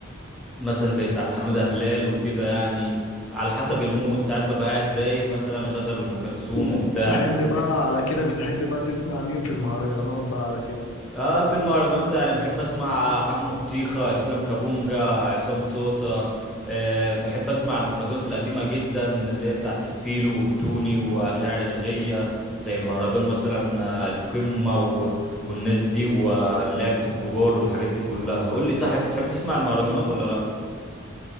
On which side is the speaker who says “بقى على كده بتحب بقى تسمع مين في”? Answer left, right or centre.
Left